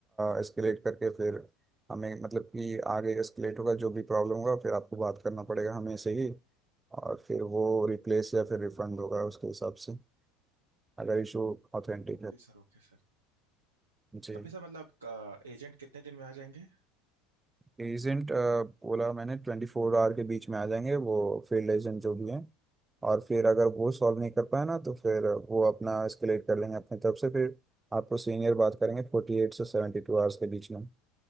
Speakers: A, on the right (about 15°); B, on the right (about 85°).
A: एस्केलेट करके फिर हमें मतलब कि आगे एस्केलेट होगा जो भी प्रॉब्लम होगा फिर आपको बात करना पड़ेगा हमें से ही और फिर वो रिप्लेस या फिर रिफंड होगा उसके हिसाब से अगर इशू ऑथेंटिक
B: Okay
A: है
B: sir okay sir
A: जी
B: तभी सर मतलब एजेंट कितने दिन में आ जाएंगे
A: एजेंट बोला मैंने ट्वेंटी फोर आवर के बीच में आ जाएंगे वो फील्ड एजेंट जो भी हैं और फिर अगर वो सॉल्व नहीं कर पाए ना तो फिर वो अपना एस्केलेट कर लेंगे अपनी तरफ से फिर आपको सीनियर बात करेंगे फोर्टी एट से सेवेंटी टू आवर्स के बीच में